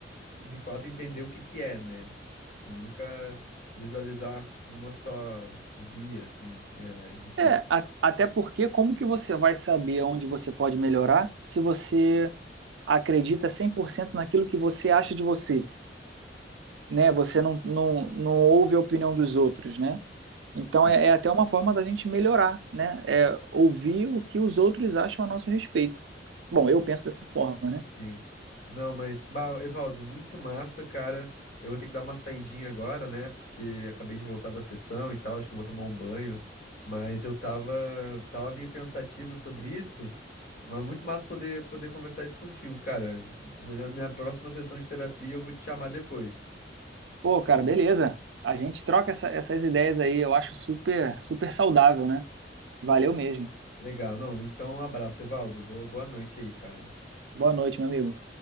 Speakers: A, on the left; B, on the right.
A: de fato, entender o que que é, né? Tipo, nunca visualizar uma só via, assim. é, enfim,
B: É, a- até porque como que você vai saber onde você pode melhorar se você acredita 100% naquilo que você acha de você? né? Você não, não, não ouve a opinião dos outros, né? Então
A: sim.
B: é, é até uma forma da gente melhorar, né? É ouvir o que os outros acham a nosso respeito. Bom, eu penso dessa forma, né?
A: Sim. Não, mas, bah, Evaldo, muito massa, cara. Eu vou ter que dar uma saidinha agora, né? Porque acabei de voltar da sessão e tal, acho que eu vou tomar um banho. Mas eu tava, tava meio pensativo sobre isso, mas muito massa poder, poder conversar isso contigo, cara. Na, na próxima sessão de terapia eu vou te chamar depois.
B: Pô, cara, beleza. A gente troca essa- essas ideias aí, eu acho super, super saudável, né? Valeu mesmo.
A: Legal, não, então um abraço, Evaldo. Boa, boa noite aí, cara.
B: Boa noite, meu amigo.